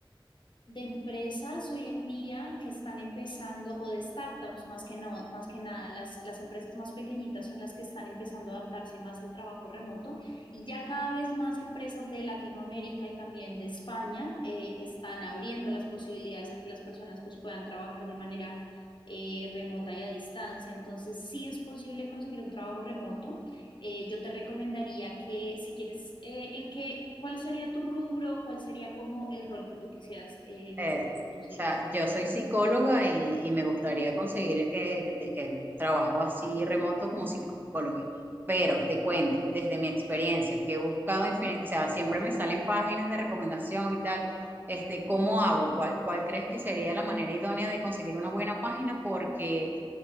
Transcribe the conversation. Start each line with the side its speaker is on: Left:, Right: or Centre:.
Left: de empresas hoy en día que están empezando, o de startups más que no, más que nada, las, las empresas más pequeñitas son las que están empezando a adaptarse más al trabajo remoto y ya cada vez más empresas de Latinoamérica y también de España eh, están abriendo las posibilidades a que las personas pues puedan trabajar de manera eh, remota y a distancia. Entonces sí es posible conseguir un trabajo remoto eh, yo te recomendaría que si quieres, eh, en qué, ¿cuál sería tu rubro? ¿Cuál sería como el rol que tú quisieras eh, de
Right: Eh,
Left: pronto
Right: o
Left: conseguir?
Right: sea, yo soy psicóloga y, y me gustaría conseguir eh, de- eh, trabajo así remoto como psicóloga. Pero te cuento, desde mi experiencia, que he buscado infinito, o sea, siempre me salen páginas de recomendación y tal. Este, ¿cómo hago? ¿Cuál, cuál crees que sería la manera idónea de conseguir una buena página? Porque